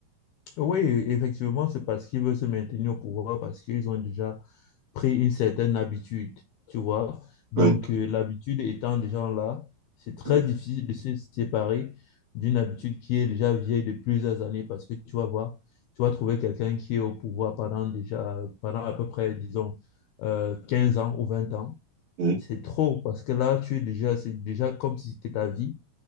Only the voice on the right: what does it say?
Oui,
oui,
oui,